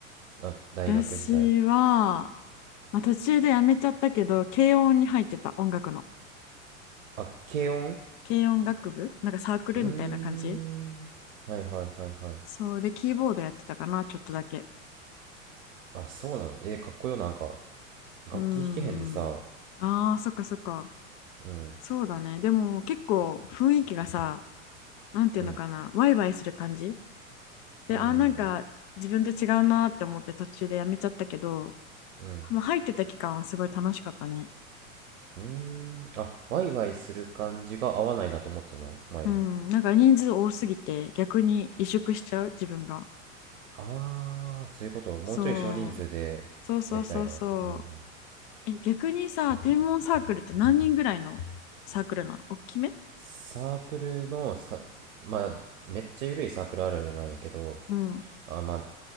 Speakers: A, on the right; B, on the left.
A: な大学時代。
B: 私は、まあ、途中でやめちゃったけど、軽音に入ってた音楽の。
A: あ、軽音
B: 軽音楽部なんかサークルみたいな感じ
A: うーん。はいはいはいはい。
B: そうで、キーボードやってたかな、ちょっとだけ。
A: あ、そうなの。えーかっこよ、なんか。楽器弾けへんでさ、
B: うーん。ああ、そっかそっか。
A: うん、
B: そうだね。でも結構雰囲気がさ、なんていうのかな、
A: うん、
B: ワイワイする感じで、
A: うん、
B: あー、
A: うん、
B: なんか自分と違うなーって思って途中でやめちゃったけど、
A: うん。うん
B: まあ、入ってた期間はすごい楽しかったね。
A: うーん。あ、ワイワイする感じが合わないなと思ったの前が。
B: うん、なんか人数多すぎて逆に萎縮しちゃう自分が。
A: ああ、そういうこと。もうちょい少人数でやりたいなって。
B: そう、そうそうそうそ
A: うんうん。
B: う。え、逆にさ、天文サークルって何人ぐらいのサークルなの大きめ
A: サークルのさ、まあ、めっちゃ緩いサークルあるあるなんやけど、
B: うん。
A: あ、まあ、